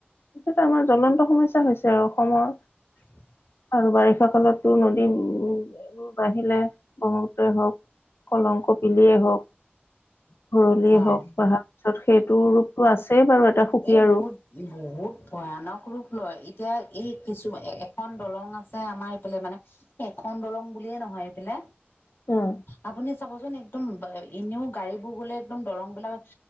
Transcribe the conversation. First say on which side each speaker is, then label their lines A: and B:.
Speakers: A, on the left; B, on the left.
A: সইটো আমাৰ জ্বলন্ত সমস্যা হৈছে আৰু অসমৰ।
B: <unintelligible>
A: আৰু বাৰিষা কালতো নদী উবোৰ বাঢ়িলে ব্ৰহ্মপুত্ৰই হওক। কলং কপিলিয়েই হওক। ঘৰলিয়
B: হয়
A: হওক বাহাৰ পিছত সেইটো ৰূপতো আছেই বাৰু' এটা সুকীয়া
B: এই বহুত
A: ৰূপ।
B: বহুত ভয়ানক ৰূপ লয় এতিয়া এই কিছু এখন দলং আছে আমাৰ এইফালে মানে। এখন দলং বুলিয়ে নহয় এইফালে
A: অ'
B: আপুনি। চাবচোন একদম এনেও গাড়ী বোৰ গ'লে একদম দৰং বিলাক